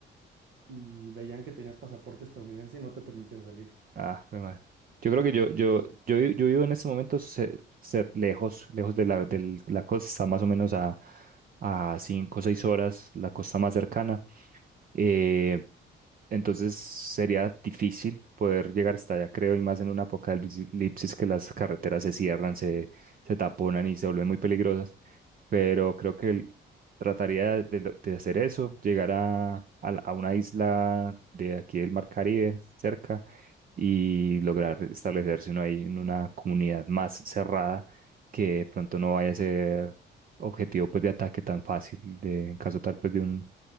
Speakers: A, on the right; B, on the right.
A: y veían que tenías pasaporte estadounidense, no te permitían salir.
B: ah, jue madre. Yo creo que yo, yo, yo, vi-
A: <laughs>
B: yo vivo en este momento ce- cer- lejos, lejos de la, del- la costa, más o menos a, a cinco o seis horas, la costa más cercana. Eh, Entonces sería difícil poder llegar hasta allá, creo, y más en una apocalipsis que las carreteras se cierran, se, se taponan y se vuelven muy peligrosas. Pero creo que el- trataría de, lo- de hacer eso, llegar a, a, la- a una isla de aquí del Mar Caribe, cerca, y lograr establecerse uno ahí en una comunidad más cerrada que de pronto no vaya a ser objetivo pues, de ataque tan fácil, de, en caso tal pues, de un